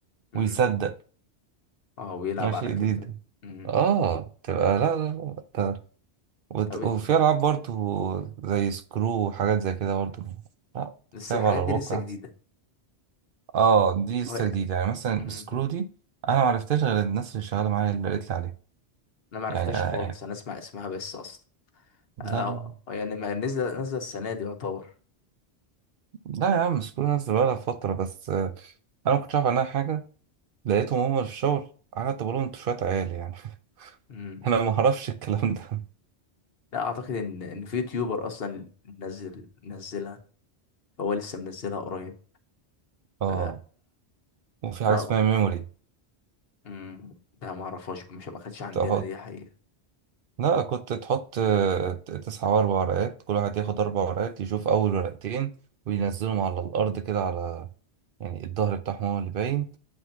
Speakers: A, on the left (about 60°); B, on the right (about 60°).
A: مم.
B: ويصدق
A: اه ويلعب
B: ماشي
A: على كده
B: جديد
A: مم.
B: آه تبقى لا لا لا ده وت-
A: طب
B: وفي
A: إن-
B: ألعاب برضو زي سكرو وحاجات زي كده برضو لا
A: لسه
B: تلعب
A: الحاجات
B: على الواقع
A: دي لسه جديدة
B: أحسن آه دي لسه
A: اه
B: جديدة يعني مثلا
A: مم.
B: سكرو دي أنا معرفتهاش غير الناس اللي شغالة معايا اللي قالت لي عليها
A: انا معرفتهاش
B: يعني أنا
A: خالص
B: يعني،
A: انا اسمع اسمها بس اصلا
B: لا
A: اه
B: لا
A: يعني ما نزل نزل السنة دي يعتبر
B: لا يا عم مش كل الناس بقالها فترة بس آه، أنا ما كنتش أعرف عنها حاجة لقيتهم هما في الشغل قعدت بقول لهم أنتوا شوية عيال يعني
A: مم.
B: <laughs> أنا ما أعرفش الكلام ده
A: لا اعتقد ان ان في يوتيوبر اصلا منزل منزلها هو لسه منزلها قريب
B: آه
A: ف
B: وفي حاجة
A: ما
B: اسمها ميموري
A: امم ده ما اعرفهاش مش ما كانتش عندنا
B: تحط
A: دي حقيقة
B: لا كنت تحط آه، تسعة وأربع ورقات كل واحد ياخد أربع ورقات يشوف أول ورقتين وينزلهم على الأرض كده على يعني الظهر بتاعهم هو اللي باين